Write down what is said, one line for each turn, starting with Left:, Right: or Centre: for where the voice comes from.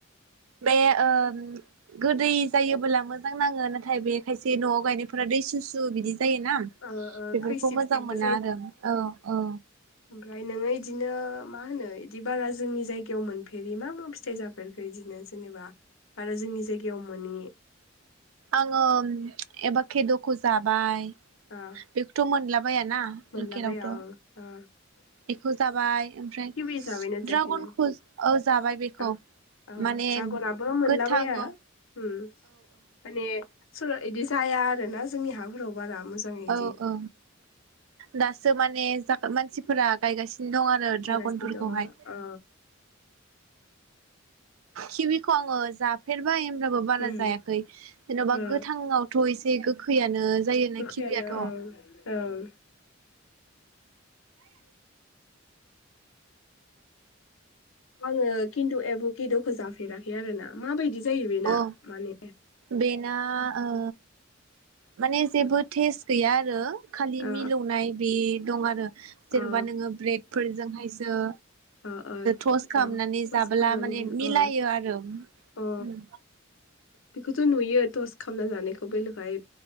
Right: बे ओ गोदै जायोबोला मोजां नाङो नाथाय बे खायसे न'आव गायनायफोरा दैसु सु सु बिदि जायोना।
Left: ओ ओ
Right: बेफोरखौ
Left: खैसिब
Right: मोजां
Left: सिबबो
Right: मोना आरो। औ औ।
Left: फ्राय नोङो इदिनो मा होनो बिदि बारा जोंनि जायगायाव मोनफेरि मा मा फिथाइ जाफेरखो बिदिनो जेनेबा बारा जोंनि जायगायाव मोनि?
Right: आङो एबाखेद'खौ जाबाय,
Left: ओ
Right: बेखौथ' मोनलाबायाना।
Left: मोनलाबाया
Right: लकेलावथ'
Left: ओं ओ।
Right: बेखौ जाबाय, ओमफ्राय
Left: किवि जाबायना जायाखै
Right: ड्रागनखौ
Left: नों
Right: ओ जाबाय बेखौ
Left: ओ ओ
Right: माने
Left: ड्रागनाबो मोनलाबाया
Right: गोथाङाव
Left: उम माने <unintelligible> जाया आरो ना जोंनि हाफोराव बारा मोजाङैदि।
Right: औ औ दासो माने जा मानसिफोरा गायगासि दं आरो ड्रागनफोरखौहाय।
Left: थायगासिनो दङ ओ
Right: खिविख' आङो जाफेरब बाय होनब्लाबो बारा
Left: उम
Right: जायाखै। जेन'बा
Left: ओ
Right: गोथांआवथ' एसे गोखैयानो जायोना
Left: गोखैयानो
Right: खिवियाथ'।
Left: ओं ओं आङो खिन्थु एबुकेद'खो जाफेराखै आरोना माबायदि जायो बेना
Right: अह
Left: माने
Right: बेना ओ माने जेबो टेस्ट गैया आरो खालि
Left: अ
Right: मिलौनाय बे दं आरो जेन'बा
Left: अ
Right: नोङो ब्रेड फोरजोंहायसो
Left: अ अ
Right: थल खामनानै
Left: अ टस्ट
Right: जाबोला
Left: खालामनानै
Right: माने मिलायो
Left: अ
Right: आरो। उम।
Left: अ बेखौथ' नुयो टस खामना जानायखौ बेल'खाय